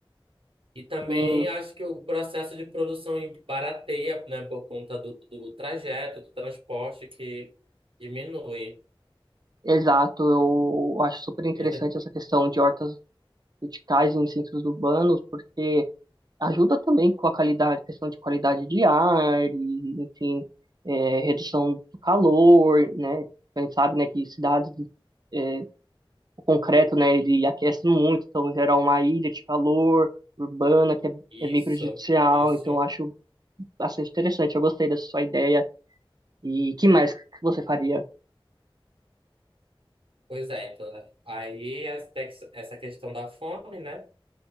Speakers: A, on the right; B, on the right.
A: E também
B: sim,
A: acho que o processo de produção em- barateia, né? Por conta do, do trajeto, do transporte que diminui.
B: exato, eu acho super interessante
A: E até-
B: essa questão de hortas verticais em centros urbanos, porque ajuda também com a qualidade, questão de qualidade de ar, e, enfim, é, redução do calor, né? A gente sabe, né, que cidades é, o concreto, né, ele aquece muito, então gera uma ilha de calor urbana que é,
A: Isso,
B: é bem prejudicial,
A: isso.
B: então eu acho bastante interessante, eu gostei dessa sua ideia. E que mais que você faria?
A: Pois é, então, aí essa essa questão da fome, né?